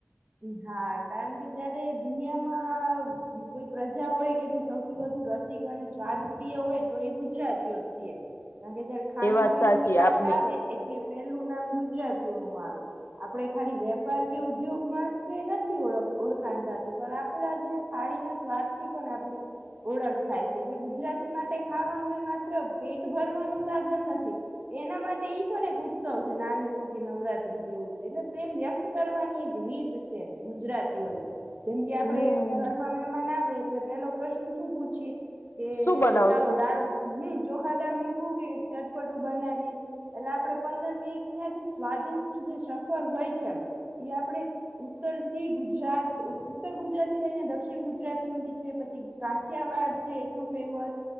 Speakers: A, on the right; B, on the left.
A: એહા કારણ કે જયારે દુનિયામાં બી કોઈ પ્રજા હોય કે જે સૌથી વધુ રસિક અને સ્વાદ પ્રિય હોય તો એ ગુજરાતીઓ. છીએ. કારણ કે જયારે ખાણીપીણીની
B: એ વાત સાચી
A: વાત
B: આપની
A: આવે. એટલે પેલું નામ ગુજરાતીઓનું આવે. આપણે ખાલી વેપાર કે ઉદ્યોગ માં તે નથી ઓળખ ઓળખાણ થાતી. પણ આપડા જે થાળીના સ્વાદથી પણ આપડી ઓળખ થાય છે, એટલે ગુજરાત. માટે ખાવાનું એ પેટ ભરવાનું નથી. એના માટે એઈ પણ એક ઉત્સવ છે, નાની-મોટી નવરાત્રી જેવું એટલે પ્રેમ વ્યક્ત કરવાની એક રીત છે, ગુજરાતીઓની. જેમ કે આપડે
B: હમ
A: ઘરમાં મહેમાન આવે એટલે પેલો પ્રશ્ન શું પૂછીએ? કે
B: શું બનાવશું?
A: ચાલો દાળ, હમ ચોખા દાળ મૂકવું કે ચટપટું બનાવીએ. એટલે આપણે પંદર મિનિટની આ જે સ્વાદિષ્ટ જે સફર હોય છેમ, એ આપણેે ઉત્તર થી ગુજરાત ઉત્તર ગુજરાત થી લઈને દક્ષિણ ગુજરાત સુુંધી છે પછી કાઠિયાવાડ છે, એટલું ફેમસ.